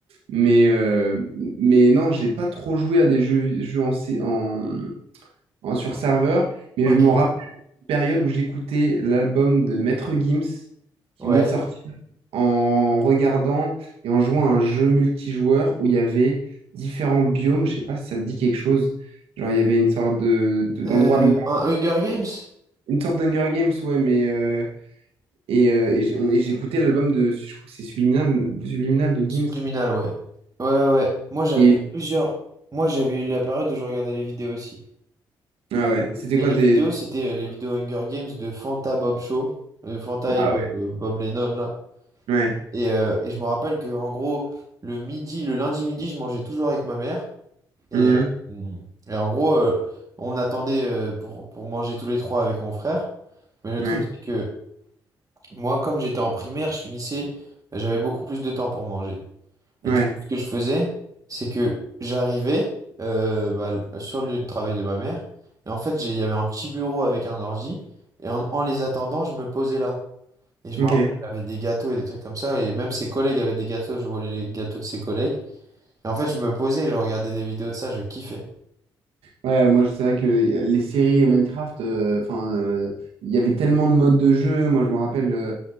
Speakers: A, on the right; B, on the right.
A: Mais, euh, mais non, j'ai pas trop joué à des jeux, jeux en, sé- en, en- sur serveur, mais
B: Ok.
A: je me rappelle une période où j'écoutais l'album de Maître Gims qui
B: Ouais.
A: venait de sortir en regardant et en jouant à un jeu multijoueur où il y avait différents biomes, je sais pas si ça te dit quelque chose. Genre, il y avait une sorte de, de- d'endroit
B: Euh,
A: de,
B: un Hunger Games?
A: une sorte d'Hunger Games, ouais, mais euh, et, euh, et j'ai- on- et j'écoutais l'album de, je crois que c'est Subliminal, Subliminal de
B: Subliminal,
A: Gims.
B: ouais. Ouais, ouais. ouais. Moi, j'avais
A: Et,
B: eu plusieurs. Moi, j'avais eu la période où je regardais les vidéos aussi.
A: ah ouais, c'était
B: Et
A: quoi
B: les
A: tes.
B: vidéos,
A: tes-
B: c'était euh, les vidéos Hunger Games de Fanta Bob Show. euh, Fanta et
A: Ah
B: Bob,
A: ouais.
B: euh, Bob Lennon, là.
A: Ouais.
B: Et, euh, et je me rappelle que, en gros, le midi, le lundi midi, je mangeais toujours avec ma mère. Et,
A: Mhm.
B: euh, et en gros, euh, on attendait euh, pour, pour manger tous les trois avec mon frère. Mais le
A: Ouais.
B: truc, c'est que moi, comme j'étais en primaire, je finissais. J'avais beaucoup plus de temps pour manger. Et
A: Ouais.
B: du coup, ce que je faisais, c'est que j'arrivais euh, bah, l- sur le lieu de travail de ma mère. Et en fait, j'ai- il y avait un petit bureau avec un ordi. Et en, en les attendant, je me posais là. Et je me
A: Ok.
B: rappelle, elle avait des gâteaux et des trucs comme ça. Et même ses collègues avaient des gâteaux. Je volais les gâteaux de ses collègues. Et en fait, je me posais et je regardais des vidéos de ça. Je kiffais.
A: Ouais, moi, c'est vrai que les séries Minecraft, euh, enfin, euh, il y avait tellement de modes de jeu. Moi, je me rappelle, euh,